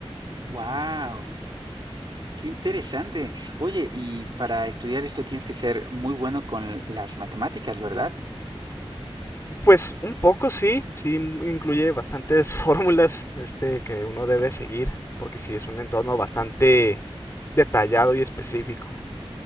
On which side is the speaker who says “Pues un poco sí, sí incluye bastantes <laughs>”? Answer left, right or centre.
Left